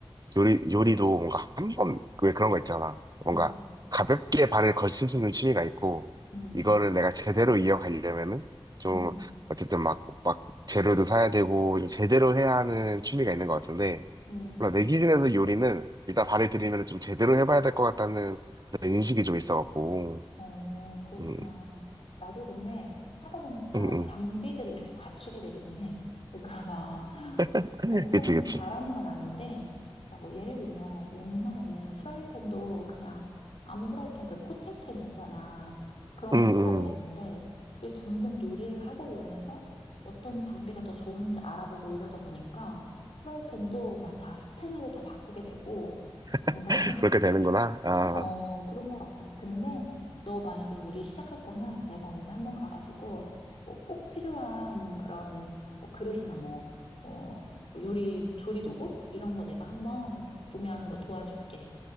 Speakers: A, on the right; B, on the left.
A: 요리, 요리도 뭔가 한 번, 왜 그런 거 있잖아. 뭔가
B: 음,
A: 가볍게 발을 걸칠 수 있는 취미가 있고,
B: 음,
A: 이거를 내가 제대로 이어가려면은 좀,
B: 음,
A: 어쨌든 막, 막 재료도 사야 되고, 좀 제대로 해야 하는 취미가 있는 것 같은데,
B: 음.
A: 몰라, 내 기준에서 요리는 일단 발을 들이면 좀 제대로 해봐야 될 것 같다는 그런 인식이 좀 있어갖고,
B: 어, 그렇구나.
A: 음,
B: 나도 근데 하다 보니까
A: 음, 음.
B: 장비들을 계속 갖추게 되기는 해. 그러니까 <laughs> 막
A: <laughs>
B: 엄청
A: 그치, 그치.
B: 잘하는 건 아닌데, 그러니까 뭐 예를 들면 옛날에는 후라이팬도 그냥 아무 후라이팬 그 코팅팬 있잖아. 그런
A: 음,
B: 거 쓰고
A: 음.
B: 그랬는데, 이제 점점 요리를 하고 이러면서 어떤 장비가 더 좋은지 알아보고 이러다 보니까 후라이팬도 막 다 스텐으로 다 바꾸게 되고, 뭔가
A: <laughs> 그렇게 되는구나. 아,
B: 어, 그런 것 같아. 근데 너 만약에 요리 시작할 거면 내가 언제 한번 가가지고 뭐 꼭 필요한 그런 뭐 그릇이나 뭐, 어, 뭐 요리 조리 도구 이런 거 내가 한번 구매하는 거 도와줄게.